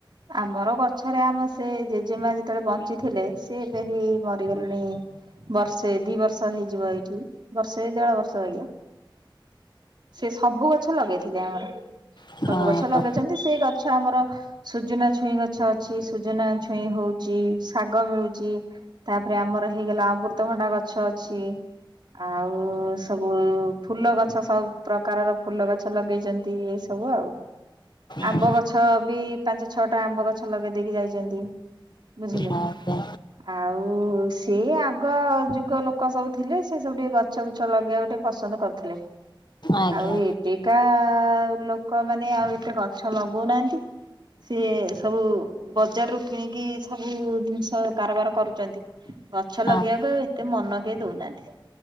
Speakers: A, on the right; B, on the left.
A: ଆମର ଗଛରେ ଆମ ସେ ଜେଜେମା ଯେତେବେଳେ ବଞ୍ଚିଥିଲେ, ସେ ଏବେ ହିଁ ମରିଗଲେଣି। ବର୍ଷେ ଦି ବର୍ଷ ହେଇଯିବ ଏଇଠି, ବର୍ଷେ ଦେଢ ବର୍ଷ ବାଗିଆ। ସେ ସବୁ ଗଛ ଲଗେଇଥିଲେ ଆମର,
B: ଆଜ୍ଞା।
A: ସବୁ ଗଛ ଲଗେଇଛନ୍ତି। ସେଇ ଗଛ ଆମର ସୁଜନା ଛୁଇଁ ଗଛ ଅଛି ସୁଜନା ଛୁଇଁ ହଉଛି ଇ ଶାଗ ମିଳୁଛି, ତାପରେ ଆମର ହେଇଗଲା ଅମୃତଭଣ୍ଡା ଗଛ। ଗଛ ଅଛି ଆଉ ସବୁ ଫୁଲ ଗଛ ସବୁ ପ୍ରକାରର ଫୁଲ ଗଛ। ଗଛ ଲଗେଇଛନ୍ତି ଏଇ ସବୁ ଆଉ, ଆମ୍ବ
B: ହଁ
A: ଗଛ ବି ପାଞ୍ଚ ଛଅଟା ଆମ୍ବ ଗଛ ଲଗେଇ ଦେଇକି ଯାଇଛନ୍ତି, ବୁଝିଲେ?
B: ଆଜ୍ଞା
A: ଆଉ ସିଏ ଆଗ ଯୁଗ ଲୋକ ସବୁ ଥିଲେ, ସେ ସବୁ ଟିକେ ଗଛ ବୁଛ ଲଗେଇବା ଗୋଟେ ପସନ୍ଦ କରୁଥିଲେ।
B: ଆଜ୍ଞା
A: ଆଉ ଏବେକା ଲୋକମାନେ ଆଉ ଏତେ ଗଛ ଲଗଉନାହାନ୍ତି। ସିଏ ସବୁ ବଜାରରୁୁ କିଣିକି ସବୁ ଜିନିଷ କାରବାର କରୁ ଚନ୍ତି, ଗଛ ଲଗେଇବାକୁ
B: ଆଜ୍ଞା
A: ଆ ଏତେ ମନ କେହି ଦଉନାହାନ୍ତି।